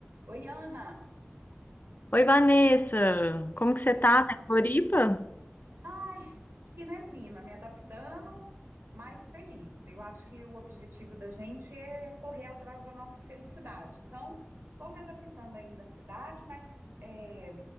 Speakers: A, on the right; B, on the left.
A: Oi, Ana.
B: Oi, Vanessa, como que você
A: E,
B: tá? Tá
A: como-
B: em Floripa?
A: ai, tô aqui, né, menina, me adaptando, mas feliz. Eu acho que o objetivo da gente é correr atrás da nossa felicidade. Então, tô me adaptando ainda à cidade, mas é,